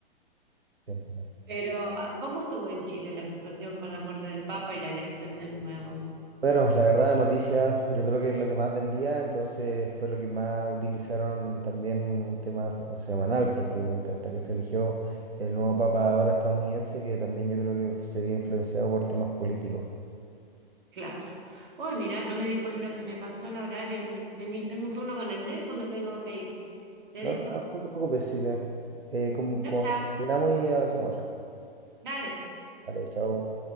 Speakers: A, on the right; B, on the right.
A: Bien,
B: Pero, ¿cómo estuvo en Chile la situación con la muerte del Papa y la elección del nuevo?
A: Bueno, la verdad, noticia. yo creo que es lo que más vendía, entonces fue lo que más utilizaron también un tema se- semanal prácticamente, hasta que se eligió el nuevo papa ahora estadounidense, que también yo creo que se vio influenciado por temas políticos.
B: Claro. Uy, mira, no me di cuenta, se me pasó el horario. ne- teni- Tengo un turno con el médico, me tengo que ir. Te
A: No,
B: dejo.
A: no, no te preocupes, Silvia. Eh, com-
B: Chao,
A: com-
B: chao.
A: combinamos y hacemos otra.
B: Dale.
A: Vale, chao.